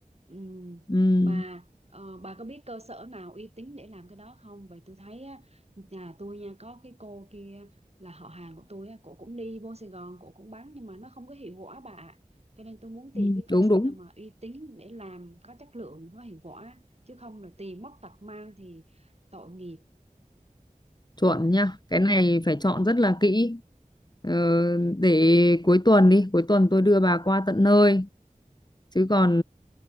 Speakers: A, on the right; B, on the left.
A: Ừm,
B: ừ.
A: Mà ờ, bà có biết cơ sở nào uy tín để làm cái đó không? Vậy tôi thấy á, nhà tôi nha có cái cô kia là họ hàng của tôi á, cổ cũng đi vô Sài Gòn, cổ cũng bán nhưng mà nó không có hiệu quả bà. ạ. Cho nên tôi muốn tìm
B: Ừ,
A: cái cơ
B: đúng
A: sở
B: đúng
A: nào mà uy tín để làm có chất lượng, có hiệu quả chứ không là tìm mất tật mang thì tội nghiệp.
B: chuẩn nha cái này phải chọn rất là kỹ ờ, để cuối tuần đi cuối tuần tôi đưa bà qua tận nơi chứ còn